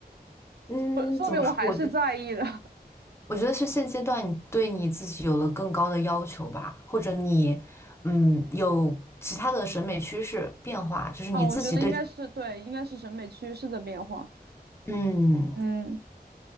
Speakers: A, on the left (about 15°); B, on the right (about 75°).
A: 嗯，
B: 说说明我还是在意的
A: 怎么说？我觉得
B: <laughs>
A: 我觉得是现阶段你对你自己有了更高的要求吧，或者你，嗯，有其他的审美趋势变化，就是你自己对，
B: 啊。我觉得应该是对，应该是审美趋势的变化。
A: 嗯，
B: 嗯，